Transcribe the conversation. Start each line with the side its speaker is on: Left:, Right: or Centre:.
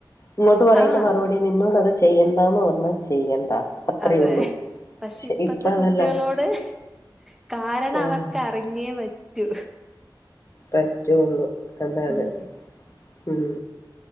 Left: ഇങ്ങോട്ട്
Centre: അ-
Left: പറയുന്ന
Centre: ആ
Left: മറുപടി നിന്നോട് അത് ചെ ചെയ്യേണ്ടാന്ന് പറഞ്ഞാൽ ചെയ്യണ്ട അത്രേ
Centre: അതെ
Left: ഉള്ളൂ
Centre: പക്ഷെ ഇപ്പത്തെ
Left: ഇപ്പ അതല്ല
Centre: കുട്ടികളോട് കാരണം
Left: ആഹ്
Centre: അവർക്ക് അറിഞ്ഞേ പറ്റൂ
Left: പറ്റുള്ളൂ അതാണ്
Centre: ഉം
Left: ഉം